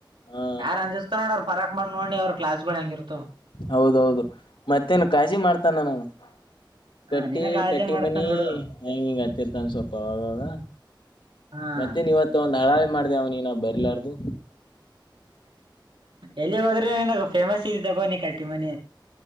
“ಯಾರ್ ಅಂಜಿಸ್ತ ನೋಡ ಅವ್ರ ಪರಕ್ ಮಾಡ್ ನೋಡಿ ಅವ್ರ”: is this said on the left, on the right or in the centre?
Right